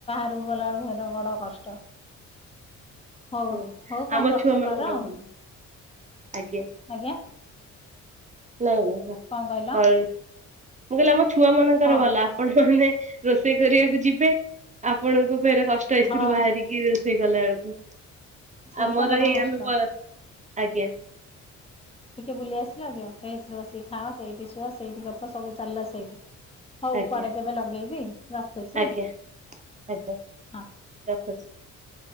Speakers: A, on the left; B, on the right.
A: ଗଲାବଳକୁ ଘର ର ବଡ କଷ୍ଟ। ହଉ
B: ହଁ
A: ହଉ କଣ
B: ଆମ
A: କରୁଚ
B: ଛୁଆ ମାନଙ୍କର
A: କର ଆଉ।
B: ଭଲ ଆଜ୍ଞା
A: ଆଜ୍ଞା।
B: ନା ନାଇ
A: କଣ କହିଲ?
B: କର ମୁଁ କହିଲି ଆମ ଛୁଆ ମାନଙ୍କର
A: ହଉ
B: ଭଲ ଆପଣଙ୍କ ତ ରେ ରୋଷେଇ କରିବାକୁ ଯିବେ ଆପଣଙ୍କୁ ଫେର କଷ୍ଟ ଏସିରୁ
A: ହଁ
B: ବାହାରିକି ରୋଷେଇ କଲା ବେଳକୁ।
A: ସେଇଟା
B: ଆମର
A: ବଡ
B: ଏଇ
A: କଷ୍ଟ।
B: ଆମେ ପ ଆଜ୍ଞା।
A: ଟିକେ ବୁଲି ଆସିଲ ଯେ ଏସି ରେ ବସିକି ଖାଅ, ସେଇଠି ସୁଅ ସେଇଠି ଗପ ସବୁ ଚାଲିଲା ସେଇଠି। ହଉ
B: ଆଜ୍ଞା
A: ପରେ କେବେ ଲଗେଇବି ରଖୁଛି।
B: ଆଜ୍ଞା ଆଜ୍ଞା
A: ହଁ।
B: ରଖୁଛି।